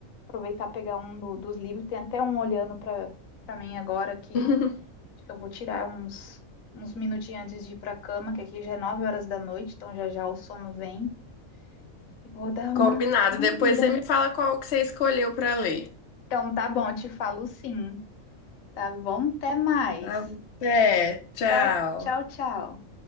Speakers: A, on the left; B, on the left.
A: aproveitar pegar um do- dos livros, tem até um olhando para para mim agora aqui.
B: <laughs>
A: Acho que eu vou tirar uns, uns minutinhos antes de ir para a cama, que aqui já é 9 horas da noite, então já já o sono vem. E vou dar
B: Combinado.
A: uma, uma
B: Depois
A: lida.
B: você me fala qual que você escolheu para ler.
A: Então, tá bom, te falo sim. Tá bom? Até mais.
B: Tá? Até, tchau.
A: Tchau, tchau, tchau.